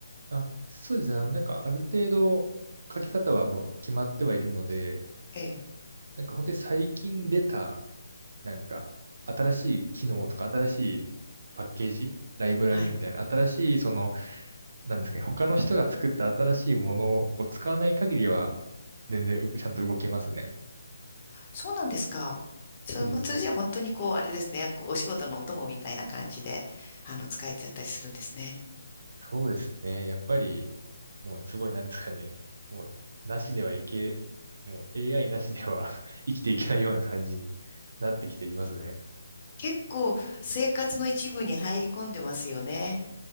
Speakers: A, on the right (about 55°); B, on the left (about 35°).
A: あ、そうですね。あの、なんかある程度書き方はもう決まってはいるので、
B: ええ。
A: なんか本当に最近出た、なんか新しい機能とか新しいパッケージ、ライブラリーみたいな、
B: はい。
A: 新しいそのなんですかね、他の人が作った新しいものを使わない限りは、全然うちゃんと動けますね。
B: そうなんですか。それ、
A: そうです、
B: それじゃ本当にこう、
A: ね。
B: あれですね。こう、お仕事のお供みたいな感じで、あの、使えちゃったりするんですね。
A: そうですね。やっぱり、もうすごい、なんですかね、もう、なしではいけ、もう AI なしでは <laughs> 生きていけないような感じに <laughs> なってきていますね。
B: 結構、生活の一部に入り込んでますよね。